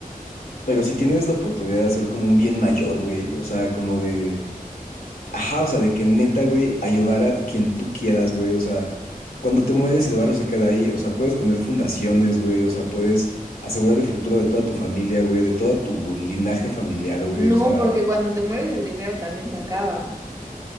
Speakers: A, on the left (about 85°); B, on the right (about 20°).
A: pero si tienes la oportunidad de hacer como un bien mayor, güey, o sea, como de, ajá, o sea, de que neta, güey, ayudar a quien tú quieras, güey, o sea, cuando te mueres el barro se queda ahí, o sea, puedes poner fundaciones, güey, o sea, puedes asegurar el futuro de toda tu familia, güey, de todo tu linaje familiar, güey,
B: No,
A: o sea.
B: porque cuando te mueres el dinero también se acaba.